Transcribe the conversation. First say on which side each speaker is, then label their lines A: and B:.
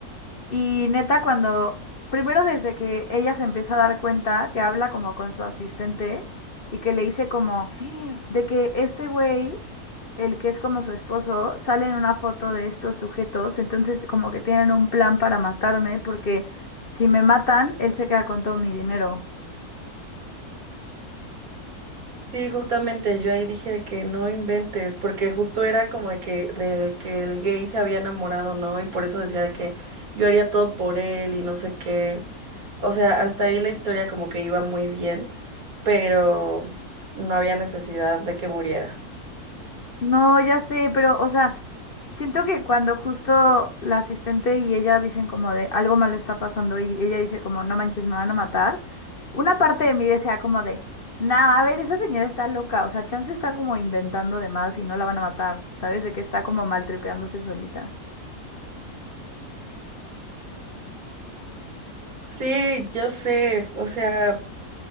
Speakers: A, on the left; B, on the right.
A: Y neta, cuando, primero desde que ella se empieza a dar cuenta que habla como con su asistente y que le dice como, "Ah, de que este güey, el que es como su esposo, sale en una foto de estos sujetos, entonces como que tienen un plan para matarme porque si me matan, él se queda con todo mi dinero.
B: Sí, justamente yo ahí dije de que no inventes, porque justo era como de que del que el gay se había enamorado, ¿no? Y por eso decía de que yo haría todo por él y no sé qué. O sea, hasta ahí la historia como que iba muy bien, pero no había necesidad de que muriera.
A: No, ya sé, pero, o sea, siento que cuando justo la asistente y ella dicen como de algo malo está pasando y ella dice como no manches, me van a matar, una parte de mí desea como de, nah, a ver, esa señora está loca, o sea, Chance está como inventando de más y no la van a matar, ¿sabes? De que está como maltripeándose solita.
B: Sí, yo sé, o sea.